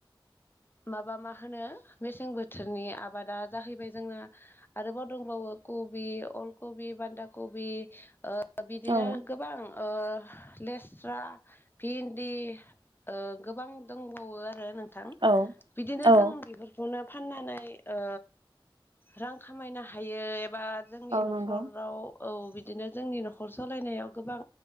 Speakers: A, on the left (about 25°); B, on the right (about 60°).
A: माबा मा होनो मेसें बोथोरनि आबादा जाहैबाय जोंना आरोबाव दंबावो कबि अल कबि बान्दा कबि ओ बिदिनो
B: औ
A: गोबां ओ लेस्रा भिन्दि ओ गोबां दंबावो आरो नोंथां
B: औ
A: बिदिनो
B: औ
A: जों बेफोर बेखौनो फाननानै ओ रां खामायनो हायो एबा जोंनि
B: औ
A: न'खराव
B: नंगौ
A: औ बिदिनो जोंनि न'खर सालायनायाव गोबां